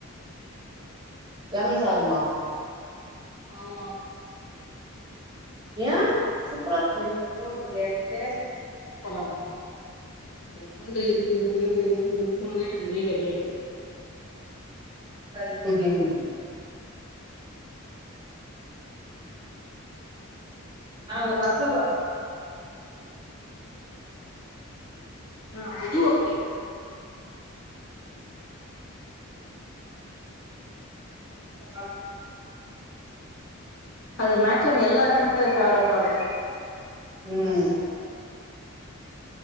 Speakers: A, on the right; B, on the left.
A: லெமன் சாதமா
B: ஆமா
A: ஏ சூப்பரா இருக்குமே
B: பறம்மா இந்த லெமன் ரைஸு கேர்டு ரைஸு உப்மாலா எனக்கு ஒரே கேட்டகரி
A: இப்ப கேக்குது நாங்க பஸ்ல வரோ
B: ஆ அது ஓகே
A: <unintelligible>
B: அது மேக்சிமம் எல்லாருக்குமே அது பேவரட்டாருகு
A: ம்